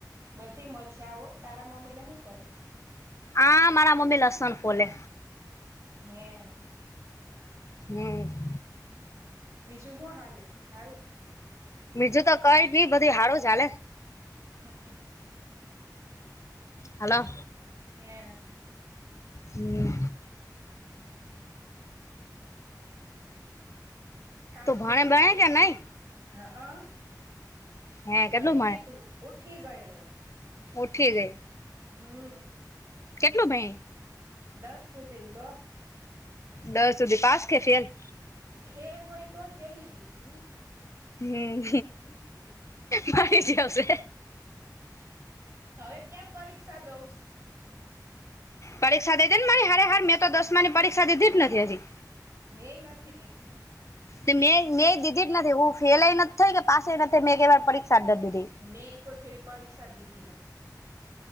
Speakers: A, on the right; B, on the left.
A: બધી મજા હો તારા મમ્મી ને હું કશ
B: આ મારા મમ્મી લસન ફોલે.
A: હે.
B: હમ.
A: બીજું શું હાલ સારું.
B: બીજું તો કઈ ની બધી હારું હાલે.
A: હ.
B: હલો.
A: હમ.
B: હમ.
A: હમ. કામ
B: તું ભણે
A: થઈ ગયું
B: ભણે કે નઈ
A: હ અ
B: હે
A: ભણી
B: કેટલું ભણે
A: લીધું. ઉઠી ગય હવે.
B: ઉઠી ગઈ.
A: હમ.
B: કેટલું ભાઈ
A: દસ સુધીન બ
B: દસ સુધી પાસ કે ફેલ.
A: ફેલ હોય તો જ બેસી ગઈ ને.
B: હમ મારી જ આવશે.
A: હવે ક્યાં પરીક્ષા દઉસ.
B: પરીક્ષા દીધી ને મારી હરે હાર મેં તો દસમા ની પરીક્ષા દીધી જ નથી હજી.
A: નેય નથી દીધી.
B: મેં મેં દીધી જ નથી હું ફેઇલી નથી થઈ કે પાસે નથ થઈ મેં એકેવાર પરીક્ષા જ નથ દીધી.
A: મેં કોઈ ફેરી પરીક્ષા દી <inaudible>